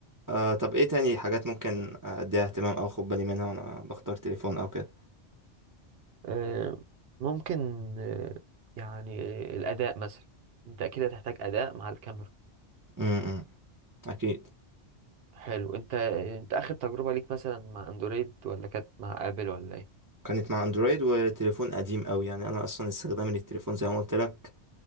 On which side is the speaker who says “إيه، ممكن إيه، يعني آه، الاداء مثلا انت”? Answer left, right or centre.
Right